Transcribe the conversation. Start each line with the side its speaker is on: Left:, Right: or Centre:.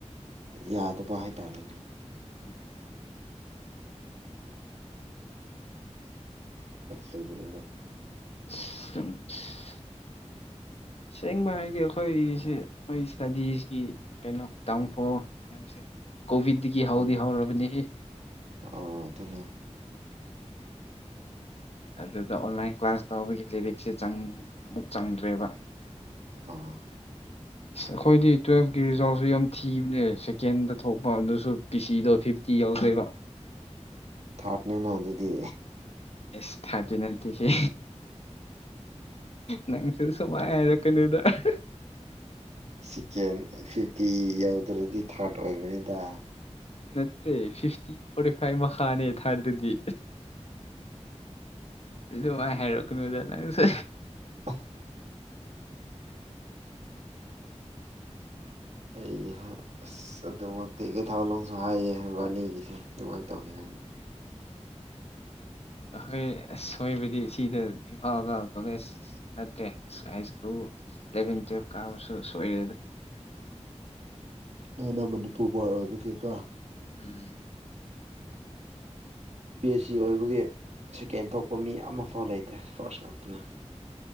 Right: ꯌꯥꯗꯕ ꯍꯥꯏꯇꯥꯔꯦꯅꯦ
Left: <unintelligible>
Right: ꯑ ꯁ ꯁꯣꯏꯕꯅꯦꯕ
Left: <unintelligible>
Right: <inaudible>
Left: ꯁꯦꯡꯕ ꯍꯥꯏꯔꯗꯤ ꯑꯩꯈꯣꯏꯁꯦ ꯑꯩ ꯏꯁꯇꯥꯗꯤꯁꯤ ꯀꯩꯅꯣ ꯇꯥꯡꯈꯨꯜ ꯍꯥꯏꯕꯁꯦ ꯀꯣꯚꯤꯠꯇꯤꯒꯤ
Right: ꯎꯝ
Left: ꯍꯧꯗꯤ ꯍꯧꯔꯕꯅꯦꯍꯦ
Right: ꯑꯣ ꯑꯗꯨꯅꯦ
Left: ꯑꯗꯨꯗ ꯑꯣꯟꯂꯥꯏꯟ ꯀ꯭ꯂꯥꯁ ꯇꯧꯕꯒꯤ ꯂꯤꯏꯔꯤꯛꯁꯦ ꯆꯪ ꯑꯃꯨꯛ ꯆꯪꯗ꯭ꯔꯦꯕ
Right: ꯑꯥ
Left: ꯑꯩꯈꯣꯏꯗꯤ ꯇꯨꯋꯦꯜꯞꯀꯤ ꯔꯤꯖꯥꯜꯠꯁꯨ ꯌꯥꯝ ꯊꯤꯕꯅꯦ ꯁꯦꯀꯦꯟꯗ ꯊꯣꯛꯄ ꯑꯗꯨꯁꯨ ꯄꯤ ꯁꯤꯗꯣ ꯐꯤꯐꯇꯤ ꯌꯥꯎꯗ꯭ꯔꯦꯕ
Right: ꯊꯥꯔꯠꯅꯦꯅ ꯑꯗꯨꯗꯤ
Left: ꯑꯦꯁ ꯊꯔꯇꯇꯤ ꯅꯠꯇꯦꯍꯦ ꯅꯪꯁꯨ ꯁꯃꯥꯏ ꯍꯥꯏꯔꯛꯀꯅꯨ ꯑꯗꯨꯗ ꯑꯍ
Right: ꯁꯦꯀꯦꯟ ꯐꯤꯐꯇꯤ ꯌꯧꯗ꯭ꯔꯗꯤ ꯊꯥꯔꯠ ꯑꯣꯏꯕꯅꯤꯗ
Left: ꯅꯠꯇꯦ ꯐꯐꯇꯤ ꯐꯣꯔꯇꯤ ꯐꯥꯏ ꯃꯈꯥꯅꯦ ꯊꯥꯔꯇꯨꯗꯤ ꯑꯗꯨꯃꯥꯏꯅ ꯍꯥꯏꯔꯛꯀꯅꯨꯗ ꯅꯪꯁꯨ
Right: <unintelligible> ꯑꯩꯍ ꯑꯁ ꯑꯗꯨꯃꯛꯇꯤ ꯀꯩ ꯊꯥꯋꯥꯂꯣꯡꯁꯨ ꯍꯥꯏꯌꯦꯕ ꯑꯅꯤꯒꯤꯁꯦ ꯑꯗꯨꯃꯥꯏꯅ ꯇꯧꯋꯦ ꯍꯥꯏꯅ <unintelligible>
Left: ꯑꯩꯈꯣꯏ ꯑꯁꯣꯏꯕꯗꯤ ꯁꯤꯗ ꯏꯝꯐꯥꯜꯒ ꯀꯣꯂꯦꯖ ꯅꯠꯇ꯭ꯔꯦ ꯍꯥꯏꯁ꯭ꯀꯨꯜ ꯢꯂꯕꯦꯟ ꯇꯨꯌꯦꯞ ꯀꯥꯕꯁꯨ ꯁꯣꯏꯔꯦꯗ
Right: ꯅꯩꯅ ꯃꯅꯤꯄꯨꯔ ꯕꯣꯔꯠ ꯑꯣꯏꯕꯒꯤꯀꯣ
Left: ꯎꯝ
Right: ꯕꯤ ꯑꯦꯆ ꯁꯤ ꯑꯣꯏꯕꯒꯤ ꯁꯦꯀꯦꯟ ꯊꯣꯛꯄ ꯃꯤ ꯑꯃꯐꯥꯎ ꯂꯩꯇꯦ ꯐꯥꯔꯁ ꯉꯥꯛꯇꯅꯤ